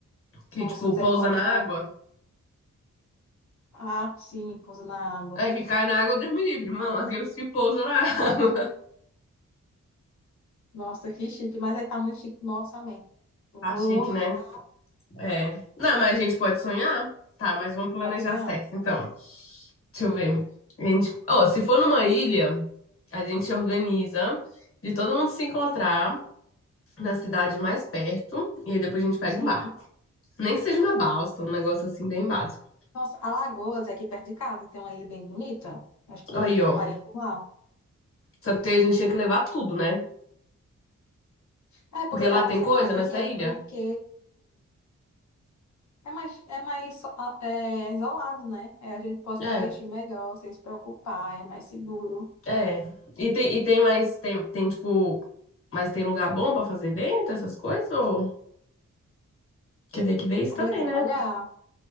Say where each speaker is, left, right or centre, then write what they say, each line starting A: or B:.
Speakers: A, on the left (about 50°); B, on the left (about 70°).
A: Que,
B: Nossa,
A: tipo,
B: misericórdia,
A: pousa na
B: não.
A: água.
B: Ah, sim, pouso na água.
A: Aí que cai na água, Deus me livre, mano. Aqueles que pousam na água.
B: Nossa, que chique, mas aí tá muito chique no orçamento.
A: <laughs>
B: Oh,
A: Tá chique, né? É. Não, mas a gente pode sonhar. Tá, mas vamos planejar
B: pode sonhar.
A: certo, então. Deixa eu ver. A gente... Ó, se for numa ilha, a gente organiza de todo mundo se encontrar na cidade mais perto e aí depois a gente pega
B: Sim.
A: um bar. Nem que seja uma balsa, um negócio assim bem básico.
B: Nossa, Alagoas é aqui perto de casa, e tem uma ilha bem bonita. Acho que
A: Aí, ó.
B: faria por lá.
A: Só que a gente tinha que levar tudo, né?
B: É, porque
A: Porque
B: eu tava
A: lá tem
B: pensando
A: coisa
B: na ilha,
A: nessa ilha.
B: porque é mais, é mais so- a- é, isolado, né? É, a gente pode
A: É,
B: se divertir melhor, sem se preocupar, é mais seguro.
A: é. E tem, e tem mais, tem, tem tipo, mas tem lugar bom pra fazer evento, essas coisas? Ou... Quer ter que ver isso
B: Amiga,
A: também,
B: tem que
A: né?
B: olhar.